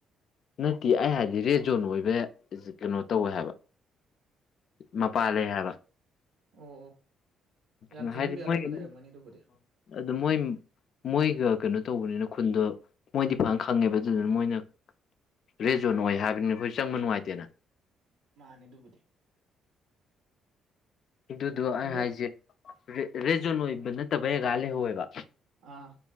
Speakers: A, on the left; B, on the right.
A: ꯅꯠꯇꯦ ꯑꯩ ꯍꯥꯏꯗꯤ ꯔꯦꯠ ꯖꯣꯟ ꯑꯣꯏꯕ ꯀꯩꯅꯣ ꯇꯧꯋꯦ ꯍꯥꯏꯕ ꯃꯄꯥꯥꯟ ꯂꯩ ꯍꯥꯏꯕ
B: ꯑꯣ ꯑꯣ ꯌꯥꯝ
A: ꯅ
B: ꯆꯪꯍꯟꯕ
A: ꯍꯥꯏꯗꯤ
B: ꯌꯥꯗꯕ
A: ꯃ <inaudible>
B: ꯂꯩꯔꯝꯒꯅꯤ ꯑꯗꯨꯕꯨꯗꯤ
A: ꯑꯗꯨꯗ ꯃꯣꯏ ꯃꯣꯏꯒ ꯀꯩꯅꯣ ꯇꯧꯕꯅꯤꯅ ꯈꯨꯟꯗꯣ ꯃꯣꯏꯗꯤ ꯐꯅ ꯈꯪꯉꯦꯕ ꯑꯗꯨꯗꯨꯅ ꯃꯣꯏꯅ ꯔꯦꯖꯣꯟ ꯑꯣꯏ ꯍꯥꯏꯕꯅꯤꯅ ꯑꯩꯈꯣꯏ ꯆꯪꯕ ꯅꯨꯡꯉꯥꯏꯇꯦꯅ
B: ꯃꯥꯅꯦ ꯑꯗꯨꯕꯨꯗꯤ
A: ꯑꯗꯨꯗꯣ ꯑꯩ
B: ꯍꯟꯗꯛ
A: ꯍꯥꯏꯁꯦ ꯔꯦꯖꯣꯟ ꯑꯣꯏꯕ ꯅꯠꯇꯕ ꯒꯥ ꯂꯩꯍꯧꯋꯦꯕ
B: ꯑꯥ